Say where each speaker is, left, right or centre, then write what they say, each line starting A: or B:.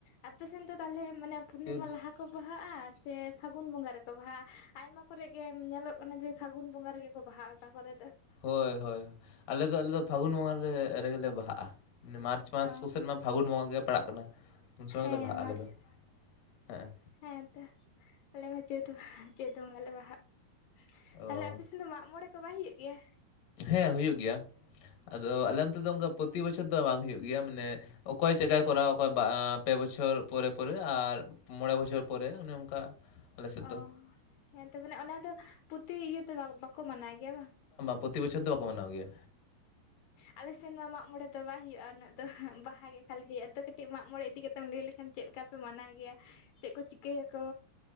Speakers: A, on the left; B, on the left.
A: ᱟᱯᱮ ᱥᱮᱱ ᱫᱚ ᱛᱟᱦᱚᱞᱮ ᱢᱟᱱᱮ ᱯᱩᱨᱱᱤᱢᱟ
B: ᱪᱟᱹᱛ
A: ᱞᱟᱦᱟ? ᱠᱚ ᱵᱟᱦᱟᱜᱼᱟ ᱥᱮ ᱯᱷᱟᱹᱜᱩᱱ ᱵᱚᱸᱜᱟ ᱨᱮᱠᱚ ᱵᱟᱦᱟᱜᱼᱟ? ᱟᱭᱢᱟ ᱠᱚᱨᱮ ᱜᱮ ᱧᱮᱞᱚᱜ ᱠᱟᱱᱟ ᱡᱮ ᱯᱷᱟᱹᱜᱩᱱ ᱵᱚᱸᱜᱟ ᱨᱮᱜᱮ ᱠᱚ᱾ ᱵᱟᱦᱟ ᱚᱠᱟ ᱠᱚᱨᱮᱼᱫ
B: ᱦᱳᱭ ᱦᱳᱭ ᱟᱞᱮᱫᱚ ᱟᱞᱮᱫᱚ ᱯᱷᱟᱹᱜᱩᱱ ᱵᱚᱸᱜᱟ ᱨᱮ ᱨᱮᱜᱮ ᱞᱮ ᱵᱟᱦᱟᱜᱼᱟ ᱢᱟᱱᱮ ᱢᱟᱨᱪ ᱢᱟᱥ
A: ᱚ
B: ᱠᱚᱥᱮᱫ ᱢᱟ ᱯᱷᱟᱹᱜᱩᱱ ᱵᱚᱸᱜᱟ ᱜᱮ ᱯᱟᱲᱟᱜ ᱠᱟᱱᱟ᱾ ᱩᱱ ᱥᱚᱢᱚᱭ
A: ᱦᱮᱸ
B: ᱜᱮᱞᱮ ᱵᱟᱦᱟᱜᱼᱟ ᱟᱞᱮ
A: ᱢᱟᱨᱪ
B: ᱫᱚ ᱦᱮᱸ
A: ᱦᱮᱸ ᱛᱚ ᱟᱞᱮ ᱢᱟ ᱪᱟᱹᱫ ᱪᱮᱫ ᱵᱟᱝᱚᱸᱜᱟ ᱞᱮ ᱵᱟᱦᱟᱜ ᱛᱟᱞᱮ
B: ᱚ
A: ᱟᱯᱮ ᱥᱮᱱ ᱫᱚ ᱢᱟᱜ ᱢᱚᱬᱮ ᱠᱚ ᱵᱟᱭ ᱦᱩᱭᱩᱜ ᱜᱮᱭᱟ?
B: ᱦᱮᱸ ᱦᱩᱭᱩᱜ ᱜᱮᱭᱟ ᱟᱫᱚ ᱟᱞᱮ ᱚᱱᱛᱮ ᱫᱚ ᱚᱱᱠᱟ ᱯᱨᱚᱛᱤ ᱵᱚᱪᱷᱚᱨ ᱫᱚ ᱵᱟᱝ ᱦᱩᱭᱩᱜ ᱜᱮᱭᱟ ᱢᱟᱱᱮ᱾ ᱚᱠᱚᱭ ᱪᱮᱠᱟᱭ ᱠᱚᱨᱟᱣᱟ ᱠᱟ ᱵᱟᱸ ᱯᱮ ᱵᱚᱪᱷᱚᱨ ᱯᱚᱨᱮ ᱯᱚᱨᱮ ᱟᱨ ᱢᱚᱬᱮ ᱵᱚᱪᱷᱚᱨ ᱯᱚᱨᱮ ᱚᱱᱮ ᱚᱱᱠᱟ᱾ ᱟᱞᱮ ᱥᱮᱫ
A: ᱚ
B: ᱫᱚ
A: ᱦᱮᱸ ᱛᱚ ᱢᱚᱞᱮ ᱚᱱᱟ ᱫᱚ ᱯᱩᱛᱷᱤ ᱤᱭᱟᱹ ᱫᱚ ᱵᱟᱠᱚ ᱢᱟᱱᱟᱣ ᱜᱮᱭᱟ ᱵᱟᱝ?
B: ᱯᱨᱚᱛᱤ ᱵᱚᱪᱷᱚᱨ ᱫᱚ ᱵᱟᱠᱚ ᱢᱟᱱᱟᱣ ᱜᱮᱭᱟ᱾
A: ᱟᱞᱮ ᱥᱮᱱ ᱢᱟ ᱢᱟᱜᱽ ᱢᱚᱬᱮ ᱫᱚ ᱵᱟᱭ ᱦᱩᱭᱩᱜᱼᱟ ᱩᱱᱟᱹᱜ ᱫᱚ ᱵᱟᱦᱟ ᱜᱮ ᱠᱷᱟᱹᱞᱤ ᱦᱩᱭᱩᱜᱼᱟ ᱛᱚ ᱠᱟᱹᱴᱤᱡ ᱢᱟᱜᱽ ᱢᱚᱬᱮ ᱤᱫᱤ ᱠᱟᱛᱮ ᱛᱮᱢ ᱞᱟᱹᱭ ᱞᱮᱠᱷᱟᱱ ᱪᱮᱫ ᱞᱮᱠᱟ ᱯᱮ ᱢᱟᱱᱟᱣ ᱜᱮᱭᱟ ᱪᱮᱫ ᱠᱚ ᱪᱤᱠᱟᱹᱭᱟᱠᱚ